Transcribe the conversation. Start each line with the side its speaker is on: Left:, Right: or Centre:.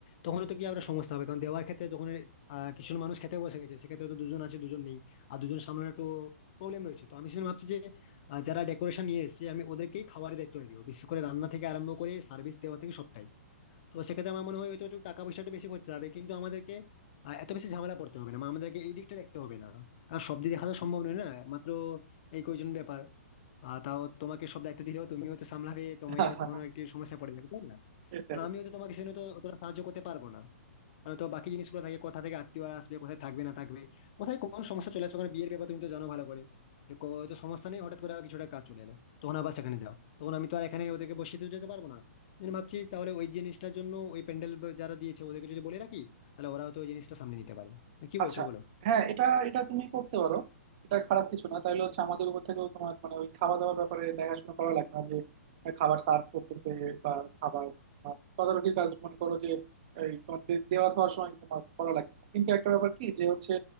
Left: তখন তো কি আবার সমস্যা হবে কারণ দেওয়ার ক্ষেত্রে যখন আহ, কিছু মানুষ খেতে বসে গেছে সেক্ষেত্রে তো দুজন আছে দুজন নেই আর দুজন সামলানো একটু প্রবলেম রয়েছে তো আমি সেজন্য ভাবছি যে আহ, যারা ডেকোরেশন নিয়ে এসেছে আমি ওদেরকেই খাবারের দায়িত্বটা দিব বিশেষ করে রান্না থেকে আরম্ভ করে সার্ভিস দেওয়া থেকে সবটাই তো সেক্ষেত্রে আমার মনে হয় হয়তো একটু টাকা পয়সা একটু বেশি খরচা হবে কিন্তু আমাদেরকে আহ, এত বেশি ঝামেলা পড়তে হবে না মানে আমাদেরকে এই দিকটা দেখতে হবে না কারণ সব দিক দেখা তো সম্ভব নয় না মাত্র এই কয়জন ব্যাপার আর তাও তোমাকে সব দায়িত্ব দিলেও তুমিও তো সামলাবে তুমিও
Right: <laughs>
Left: তখন একটি সমস্যা পড়ে যাবে তাই না
Right: এটাই
Left: কারণ আমিও তো তোমাকে সেজন্য তো অতটা সাহায্য করতে পারবো না মানে তো বাকি জিনিসগুলো থাকে কোথা থেকে আত্মীয়রা আসবে কোথায় থাকবে না থাকবে কোথায় কোন সমস্যা চলে আসবে কারণ বিয়ের ব্যাপার তুমি তো জানো ভালো করে যে কো- হয়তো সমস্যা নেই হঠাৎ করে আবার কিছুটা কাজ চলে এলো তখন আবার সেখানে যাও তখন আমি তো আর এখানে ওদেরকে বসিয়ে তো যেতে পারবো না আমি ভাবছি তাহলে ওই জিনিসটার জন্য ওই প্যান্ডেল যারা দিয়েছে ওদেরকে যদি বলে রাখি তাহলে ওরা হয়তো ওই জিনিসটা সামলে নিতে পারে তো কি
Right: আচ্ছা
Left: বলছো বলো
Right: হ্যাঁ এটা এটা তুমি করতে পারো এটা খারাপ কিছু না তাইলে হচ্ছে আমাদের উপর থেকেও তোমার মানে ওই খাওয়া দাওয়ার ব্যাপারে দেখাশোনা করা লাগবে না যে খাবার সার্ভ করতেছে বা খাবার তোমার তদারকির কাজ মনে করো যে এই তোমার দে- দেওয়া খাওয়ার সময় তোমার করা লাগবে না কিন্তু একটা ব্যাপার কি যে হচ্ছে